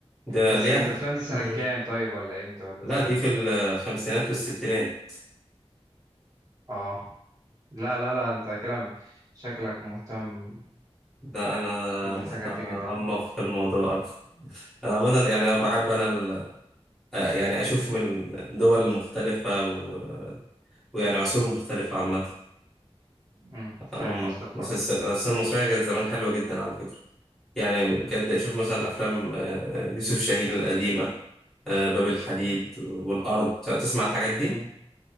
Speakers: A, in the centre; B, on the right.
A: ده
B: بس
A: اللي
B: الافلام
A: هي
B: دي سنه
A: مم.
B: كام طيب ولا امتى ولا
A: لا
B: ازاي
A: دي في الخمسينات والستينات
B: اه لا لا لا انت كده شكلك مهتم
A: ده أنا
B: بالحاجات
A: أعمق
B: دي جدا
A: في الموضوع أنا عامة يعني بحب أنا ال- آه، يعني أشوف من دول مختلفة و... ويعني عصور مختلفة عامة
B: مم. فاهم
A: أمم،
B: قصدك كويس
A: بس الس- السينما المصرية كانت زمان حلوة جدا على فكرة يعني بجد شوف مثلا أفلام آه، يوسف شاهين القديمة آه، باب الحديد والأرض تسمع الحاجات دي؟
B: مم.